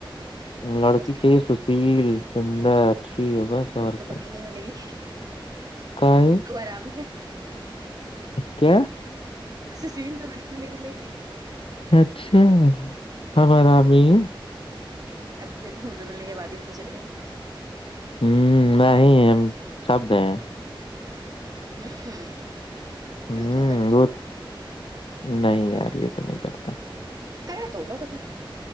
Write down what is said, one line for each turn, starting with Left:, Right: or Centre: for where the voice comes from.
Left: لڑکی
Right: اس کے
Left: چاہیے سشیل سندر اچھی ہے بس اور
Right: تو
Left: کیا
Right: کبھی ملے گی
Left: کاہے
Right: تو آرام ہے
Left: کیا
Right: اس سیم تو بالکل نہیں ملے گی
Left: اچھا ہمار عیں
Right: اب یہ تو مجھے ملنے کے بع ہی ہو تو چل گا
Left: ہوں میں ہی شبد ہیں
Right: ہوں
Left: ہوں
Right: ڈکگ کر
Left: وہ نہیں یار یہ تو نہیں کرتا
Right: کرا دو ہوگا کبھی